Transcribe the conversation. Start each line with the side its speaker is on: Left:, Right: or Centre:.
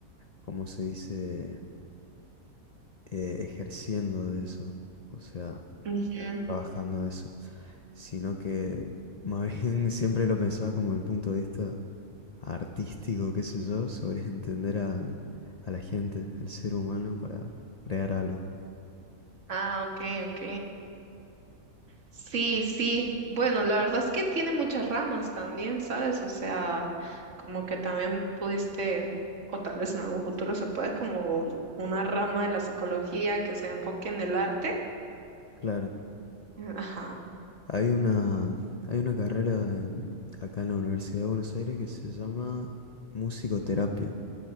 Left: como se dice, eh, ejerciendo de eso, o sea,
Right: Ujú.
Left: trabajando de eso, sino que más <laughs> bien siempre lo pensaba como el punto de vista artístico, qué sé yo, sobre <laughs> entender al- a la gente, el ser humano para crear algo.
Right: Ah, ok, ok. Sí, sí. Bueno, la verdad es que tiene muchas ramas también, ¿sabes? O sea, como que también pudiste, o tal vez en algún futuro se puede como una rama de la psicología que se enfoque en el arte.
Left: Claro,
Right: Ajá.
Left: hay una, hay una carrera en- acá en la Universidad de Buenos Aires que se llama musicoterapia.